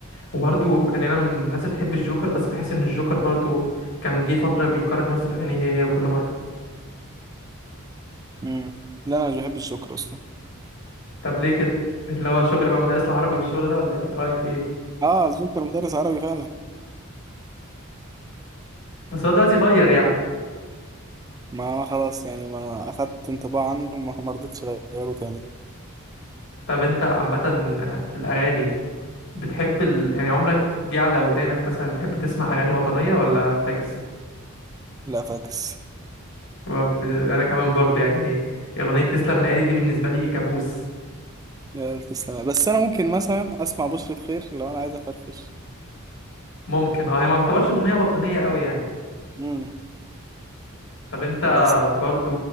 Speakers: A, on the left; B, on the right.
A: وبرضو يعني انا من الناس اللي بتحب الجوكر بس بحس ان الجوكر برضو كان جه فترة بيكرر نفس الأغاني هي هي كل مرة
B: مم. لا أنا مش بحب الجوكر أصلا
A: طب ليه كده اللي هو شغل بقى مدرس العربي والشغل ده ولا إيه؟ رأيك في ايه
B: آه الجوكر مدرس عربي فعلا
A: بس هو دلوقتي غير يعني
B: ما أنا خلاص يعني ما أخدت انطباع عنه ما ما رضيتش أغيره تاني
A: طب انت عامة في الأغاني بتحب ال... يعني عمرك جه على ودانك مثلا تحب تسمع أغاني وطنية ولا فاكس؟
B: لا فاكس
A: وب- أنا كمان برضه يعني أغنية تسلم الآلي دي بالنسبة لي كابوس
B: لا تسلم بس أنا ممكن مثلا أسمع بشرة خير لو أنا عايز أفرفش
A: ممكن اه هي ما تعتبرش أغنية وطنية أوي يعني
B: مم.
A: طب انت
B: بس
A: برضه